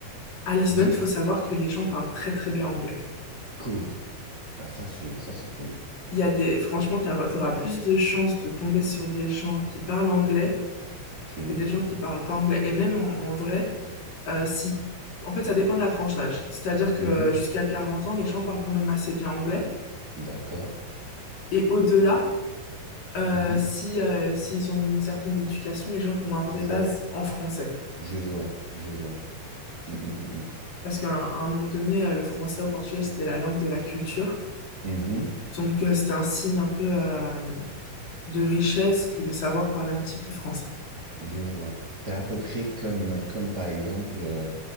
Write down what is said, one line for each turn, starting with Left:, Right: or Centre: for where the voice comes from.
Left: à Lisbonne,
Right: Du
Left: faut
Right: coup,
Left: savoir que les gens parlent très très bien anglais.
Right: cool. Ah, ça, c'est ça, c'est cool.
Left: Il y a des, franchement, tu auras plus de chances de tomber sur des gens qui parlent anglais
Right: Que...
Left: que des gens qui parlent pas anglais. Et même en, en vrai, Euh, si... En fait, ça dépend de la tranche d'âge. C'est-à-dire que
Right: Mhm.
Left: euh, jusqu'à 40 ans, les gens parlent quand même assez bien anglais.
Right: D'accord.
Left: Et au-delà, euh,
Right: Mhm.
Left: si, euh, s'ils ont une certaine éducation, les gens vont avoir
Right: Je
Left: des
Right: vois,
Left: bases en français.
Right: je vois, je vois. Mm, mm, mm,
Left: Parce qu'à un, à un moment donné, euh, le français au Portugal, c'était la langue de la culture.
Right: mm. Mhm.
Left: Donc, euh, c'était un signe un peu euh, de richesse que de savoir parler un petit peu français.
Right: Je vois. C'est à peu près comme, comme par exemple... euh,